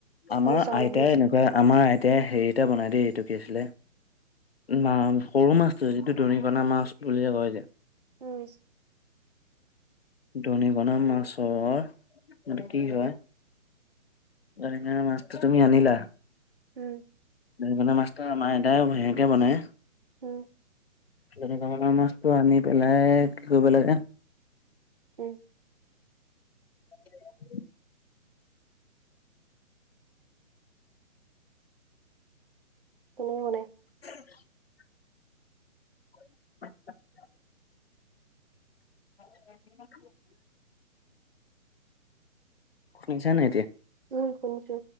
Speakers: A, on the left (about 50°); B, on the right (about 45°).
A: আমাৰ
B: আৰু চাউল
A: আইতাই
B: আহি আছে
A: এনেকুৱা আমাৰ আইতাই হেৰি এটা বনাই দেই এইটো কি আছিলে মা সৰু মাছটো যিটো দৰিকণা মাছ বুলি যে কয় যে
B: উম
A: দনিকনা মাছৰ এটো কি হয় দনিকনা মাছতো তুমি আনিলা
B: উম
A: দনিকনা মাছটো আমাৰ আইতাই এনেকে বনাই
B: উম
A: দনিকনা মাছটো আনি পেলাই কি কৰিব লাগে
B: উম
A: <unintelligible>
B: কেনেকে বনাই
A: <unintelligible> <unintelligible> <unintelligible> শুনিছা নাই এতিয়া
B: উম শুনিছো